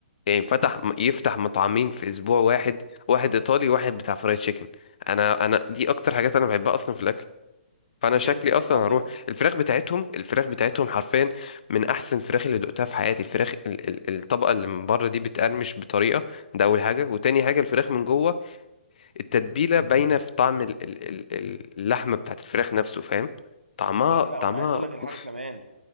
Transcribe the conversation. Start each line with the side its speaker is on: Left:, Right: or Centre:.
Left: يعني فتح يفتح مطعمين في اسبوع واحد واحد ايطالي وواحد بتاع فرايد تشيكن انا انا دي اكتر حاجات انا بحبها اصلا في الاكل فانا
Right: بجد
Left: شكلي
Right: وبعدين
Left: اصلا هروح الفراخ بتاعتهم الفراخ بتاعتهم حرفيا من احسن الفراخ اللي دقتها في حياتي الفراخ ال ال الطبقه اللي من بره دي بتقرمش بطريقه ده اول حاجه وتاني حاجه الفراخ من جوه التتبيله باينه في طعم ال ال ال اللحمه بتاعت الفراخ نفسه فاهم طعمها
Right: وانا
Left: طعمها
Right: لا وانا عايز اقول لك الحاجه
Left: اوف
Right: كمان